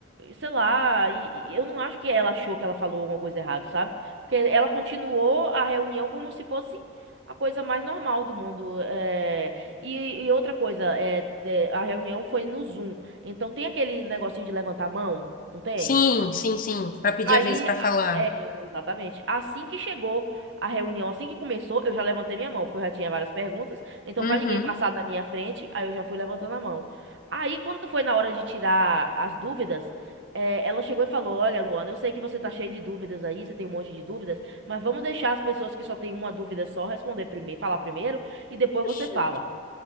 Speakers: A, on the right (about 60°); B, on the left (about 40°).
A: sei lá, e, e eu não acho que ela achou que ela falou alguma coisa errada, sabe? Porque ela continuou a reunião como se fosse a coisa mais normal do mundo. é. E, e outra coisa, é, é, a reunião foi no Zoom. Então tem aquele negocinho de levantar a mão, não tem?
B: Sim, sim, sim. Pra pedir
A: Aí,
B: a vez pra falar.
A: a- é, exatamente. Assim que chegou a reunião, assim que começou, eu já levantei minha mão, porque eu já tinha várias perguntas. Então,
B: Uhum.
A: para ninguém passar na minha frente, aí eu já fui levantando a mão. Aí, quando foi na hora de tirar as dúvidas, é, ela chegou e falou: Olha, Luana, eu sei que você tá cheia de dúvidas aí, você tem um monte de dúvidas, mas vamos deixar as pessoas que só têm uma dúvida só responder primeiro, falar primeiro, e depois
B: Oxi,
A: você fala.